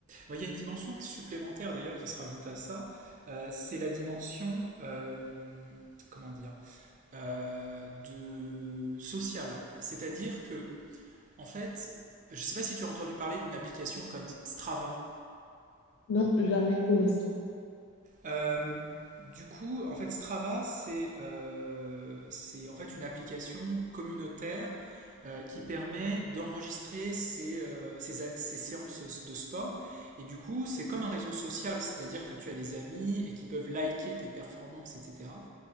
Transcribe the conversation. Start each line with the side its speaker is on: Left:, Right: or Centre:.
Right: Bon, Il y a une dimension supplémentaire d'ailleurs qui se rajoute à ça, euh, c'est la dimension, euh, comment dire? euh, de social. C'est-à-dire que, en fait, je ne sais pas si tu as entendu parler d'une application comme Strava.
Left: Non, jamais pour l'instant.
Right: Euh, du coup, en fait, Strava, c'est euh, c'est en fait une application communautaire euh, qui permet d'enregistrer ses, euh, ses ses séances de sport. Et du coup, c'est comme un réseau social, c'est-à-dire que tu as des amis et qui peuvent liker tes performances, etc.